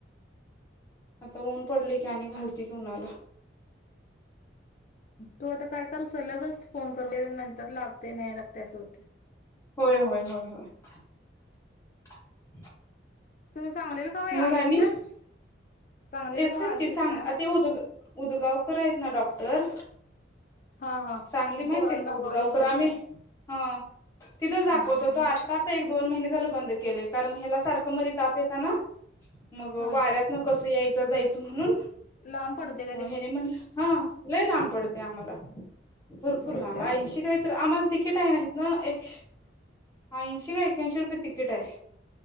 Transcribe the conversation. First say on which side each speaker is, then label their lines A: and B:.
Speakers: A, on the left (about 15°); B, on the left (about 40°).
A: आता ऊन पडलय की आणि घालती की उन्हाला
B: तू आता काय कर सलगच फोन कर म्हणजे नंतर लागतय नाही लागतय असं होतय.
A: होय, होय, होय, होय. <inaudible>
B: तुम्ही सांगलीला कवा
A: मग
B: येतेस
A: आणि
B: सांगलीला
A: येतय
B: कवा आलतीस
A: की सांग
B: काय
A: आ ते उद उदगावकर आहेत ना डॉक्टर
B: हा हा
A: सांगली माहितीय
B: पोराला
A: का
B: दाखवायला
A: उदगावकर
B: येतेस
A: आम्ही
B: काय
A: हा तिथंच दाखवत
B: हा हा
A: होतो आता तर एक दोन महिने झाले बंद केलय कारण ह्याला सारखं मध्ये ताप येता ना मग
B: हा
A: वाऱ्यात न कसं यायचं जायचं म्हणून
B: लांब पडतय
A: हो हेनी म्हणलं हा लई लांब पडतय आम्हाला भरपूर
B: होय
A: लांब
B: का
A: ऐंशी काही तर आम्हाला तिकीट आहे ना हितन एकशे ऐंशी का एक्याऐंशी रुपये तिकीट आहे.